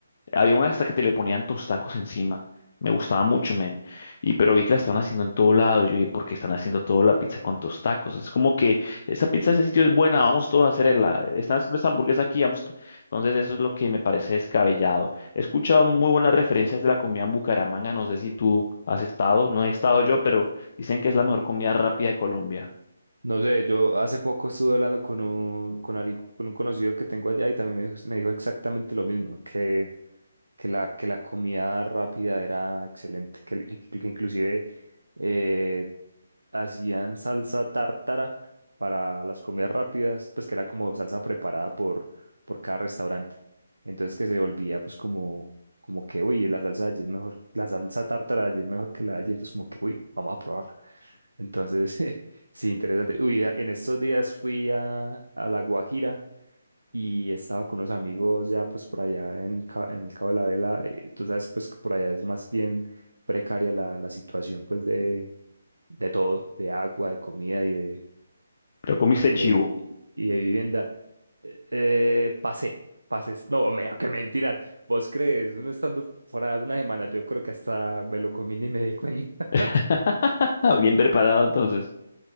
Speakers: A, on the left; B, on the right.
A: Había una hasta que te le ponían tostacos encima. Me gustaba mucho, men. Y pero vi que la estaban haciendo en todo lado. Y yo dije, ¿por qué están haciendo toda la pizza con tostacos? Es como que esta pizza ese sitio es buena, vamos todos a hacerla. Están haciendo esta hamburguesa aquí, vamos. to-". Entonces, eso es lo que me parece descabellado. He escuchado muy buenas referencias de la comida en Bucaramanga. No sé si tú has estado, no he estado yo, pero dicen que es la mejor comida rápida de Colombia.
B: No sé, yo hace poco estuve hablando con un, con algo- con un conocido que tengo allá y también me dijo, me dijo exactamente lo mismo, que, que la, que la comida rápida era excelente, que, que- que inclusive eh, hacían salsa tártara para las comidas rápidas, pues que era como salsa preparada por, por cada restaurante. Entonces que se volvía pues como, como que, uy, la salsa de allí es mejor, la salsa tártara de allí es mejor que la de allí, entonces como que, uy, vamos a probarla. Entonces, <laughs> sí, interesante. Uy, a- en estos días fui a, a La Guajira. Y estaba con unos amigos ya pues por allá en, Ca- en el Cabo de la Vela. eh, Tú sabes pues que por allá es más bien precaria la, la situación pues de, de todo, de agua, de comida y de,
A: Pero comiste
B: y
A: chivo.
B: de, y de vivienda. Eh, eh, pasé, pases. No, me, <laughs> qué mentira. ¿Vos crees? Uno estando fuera una semana, yo creo que hasta me lo comí ni me di cuenta. <laughs>
A: <laughs> Ah, Bien preparado, entonces.